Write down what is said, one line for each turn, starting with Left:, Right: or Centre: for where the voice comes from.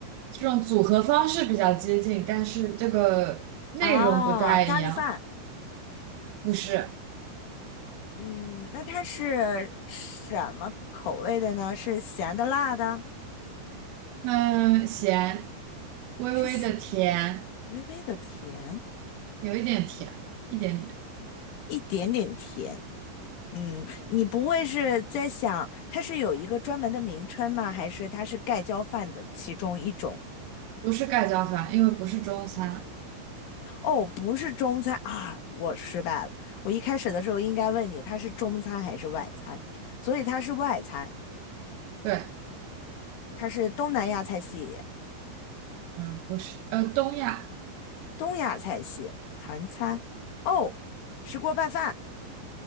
Right: 这种组合方式比较接近，但是这个内容不太一样，
Left: 啊，咖喱饭，
Right: 不是，
Left: 嗯，那它是什么口味的呢？是咸的、辣的，
Right: 嗯，咸，微微的甜，
Left: 是咸，微微的甜，
Right: 有一点甜，一点点，
Left: 一点点甜。嗯，你不会是在想它是有一个专门的名称吗？还是它是盖浇饭的其中一种？
Right: 不是盖浇饭，因为不是中餐，
Left: 哦，不是中餐啊，我失败了。我一开始的时候应该问你，它是中餐还是外餐？所以它是外餐，
Right: 对，
Left: 它是东南亚菜系、
Right: 嗯，不是，呃，东亚。
Left: 东亚菜系、韩餐。哦，石锅拌饭。